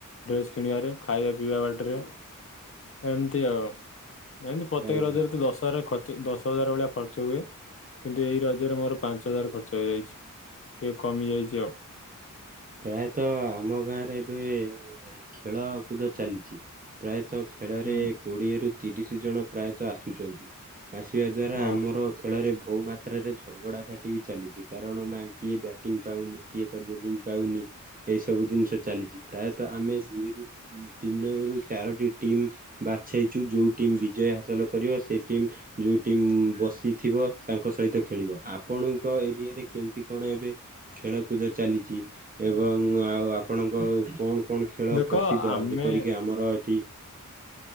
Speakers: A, on the left (about 45°); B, on the right (about 25°).
A: ଡ୍ରେସ୍ କିଣିବାରେ। ଖାଇବା ପିଇବା ବାଟରେ ଏମିତି ଆଉ। ଏମିତି ପ୍ରତ୍ୟେକ
B: ଆଜ୍ଞା
A: ରଜରେ ତ ଦଶ ହଜାର ଖର୍ଚ୍ଚ ଦଶ ହଜାର ଭଳିଆ ଖର୍ଚ୍ଚ ହୁଏ କିନ୍ତୁ ଏଇ ରଜରେ ମୋର ପାଞ୍ଚ ହଜାର ଖର୍ଚ୍ଚ ଯାଇଛି, ଟିକେ କମି ଯାଇଛି ଆଉ।
B: ପ୍ରାୟତଃ ଆମ ଗାଁରେ ଏବେ ଖେଳକୁଦ ଚାଲିଛି। ପ୍ରାୟତଃ ଖେଳରେ
A: ହୁଁ
B: କୋଡିଏରୁୁ ତିରିଶ ଜଣ ପ୍ରାୟତଃ ଆସୁଛନ୍ତି। ଆସିବା ଦ୍ଵାରା
A: ହଉ
B: ଆମର ଖେଳରେ ବହୁ ମାତ୍ରାରେ ଝଗଡ଼ା ଝାଟି ବି ଚାଲିଛି କାରଣ ନା କିଏ ବ୍ୟାଟିଂ ପାଉନି କିଏ ତ ବୋଲି। ପାଉନି, ଏଇସବୁ ଜିନିଷ ଚାଲିଛି ପ୍ରାୟତଃ ଆମେ ଦୁଇ ରୁ ତିନରୁ ଚାରୋଟି ଟିମ୍ ବାଛେଇଛୁ ଯୋଉ ଟିମ୍ ବିଜୟ ହାସଲ କରିବ ସେ ଟିମ୍ ଯୋଉ ଟିମ୍ ବ ତି ଥିବ ତାଙ୍କ ସହିତ ଖେଳିବ ଆ ଆପଣଙ୍କ ଏରିଆରେ କେମିତି କଣ ଏବେ ଖେଳକୁଦ ଚାଲିଛି। ଏବଂ ଆଉ ଆପଣଙ୍କ କଣ କଣ ଖେଳ
A: ଦେଖ
B: ପ୍ରସିଦ୍ଧ
A: ଆମେ
B: ଯେପରିକି ଆମର ଏଠି